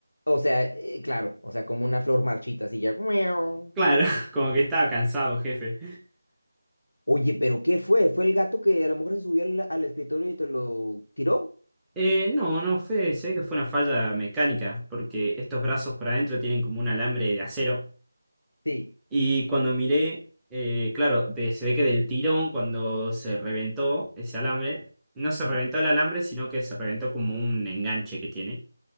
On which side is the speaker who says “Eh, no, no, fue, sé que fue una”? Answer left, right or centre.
Centre